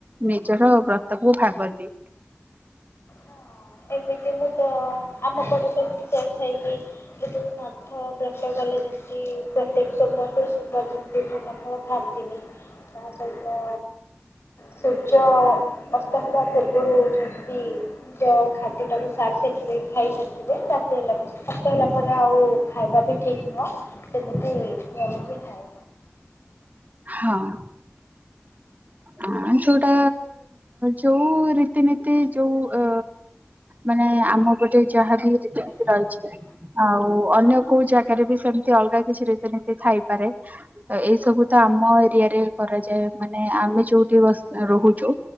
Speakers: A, on the right; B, on the left.
A: ନିଜର ବ୍ରତକୁୁ ଭାଙ୍ଗନ୍ତି।
B: ହଁ ଏମିତି ମୁଁ ତ ଆମ <unintelligible> ଯାଇ ଥାଏକି ମଠ ବ୍ରତ କଲେ ଯେମି ପ୍ରତ୍ୟେକ ସୋମବାରରୁ ସୋମବାର ଯେମିତି ଧାନ ଫଳ ଖାଆନ୍ତିନି। ତାସହିତ ସୂର୍ଯ୍ୟ ଅସ୍ତ ହେବା ପୂର୍ବରୁ ଯେମିତି ଯ ଖା ସେଟାକୁ ସାରି ସାରିଥିବେ ଖାଇସାରିଥିବେ ରାତି ହେଲା ସତ ହେଲା ପରେ ଆଉ ଖାଇବା ବି ଠିକ ନୁହଁ ସେମିତି ନିୟମ ବି ଥାଏ।
A: ହଁ। ଅ ଯୋଉଟା ଯୋଉ ରୀତିନୀତି ଯୋଉ ଅ ମାନେ ଆମ ପଟେ ଯାହା ବି ରୀତିନୀତି ରହିଛି। ଆଉ ଅନ୍ୟ କୋଉ ଜାଗାରେ ବି ସେମିତି ଅଲଗା କିଛି ରୀତିନୀତି ଥାଇପାରେ। ଏଇ ସବୁ ତ ଆମ ଏରିଆରେ କରାଯାଏ ମାନେ ଆମେ ଯୋଉଠି ବସ୍ ରହୁଛୁ।